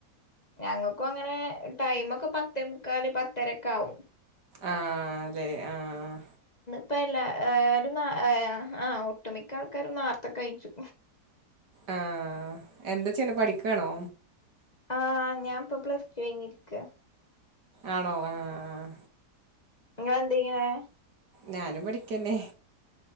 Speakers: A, on the left; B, on the right.
A: ഞങ്ങൾക്കും അങ്ങനെ ടൈമൊക്കെ പത്തേമുക്കാൽ ആ പത്തരൊക്കെ ആവും
B: ആഹ് ല്ലേ ആഹ്
A: ഇപ്പോല്ല ഒരു ആഹ് ഒട്ടുമിക്ക ആൾക്കാരും നേർത്ത കഴിച്ചു
B: ആ എന്താ ചെയ്യുന്നേ പഠിക്കുകയാണോ
A: ആഹ് ഞാൻ ഇപ്പൊ പ്ലസ്ടു കഴിഞ്ഞിരിക്ക
B: ആണോ ആ ആ
A: നിങ്ങളെന്തയ്യണേ
B: നാനും പഠിക്കന്നെ